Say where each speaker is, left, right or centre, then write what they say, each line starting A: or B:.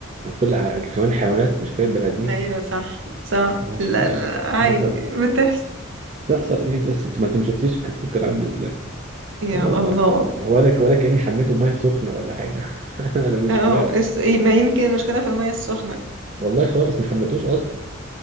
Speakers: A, on the right; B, on the right.
A: كل ح- كمان الحيوانات مش كفايه البني ادمين
B: أيوة صح صح
A: اه
B: لا
A: يعني
B: لا عادي
A: مثلا
B: بتحصل
A: تحصل ايه بس انت ما انت ما شفتيش الكتكوت كان عامل
B: يا
A: يلا
B: الله
A: ولا ولا كأني حميته بميه سخنة ولا حاجة <laughs> أنا مش
B: اه
A: فاهم
B: اس- ما يمكن المشكلة في المية السخنة
A: والله خالص ما حميتوش أصلا